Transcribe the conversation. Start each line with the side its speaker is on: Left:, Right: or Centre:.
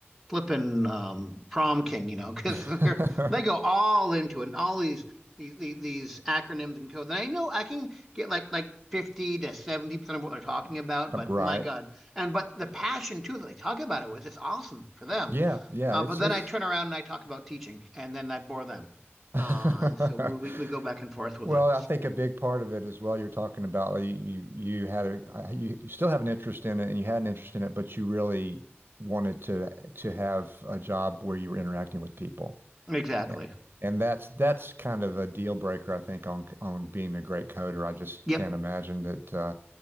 Centre: flipping um, prom king, you know, <laughs> because
Right: <laughs>
Centre: they're they go all into it, and all these these these, acronyms and codes. And I know I can get like like fifty to seventy percent of what they're talking about, but
Right: right.
Centre: my God, and but the passion too that they talk about it was just awesome for them.
Right: Yeah, yeah.
Centre: Uh,
Right: It's
Centre: but then
Right: it's
Centre: I turn around and I talk about teaching, and then I bore them.
Right: <laughs>
Centre: Uh, and so we we go back and forth with
Right: Well,
Centre: it.
Right: I think a big part of it as well, you're talking about like, you you, you had a uh, you, you still have an interest in it and you had an interest in it, but you really wanted to to have a job where you were interacting with people.
Centre: Exactly.
Right: A- And that's that's kind of a deal breaker, I think, on on being a great coder. I just
Centre: Yep.
Right: can't imagine that uh,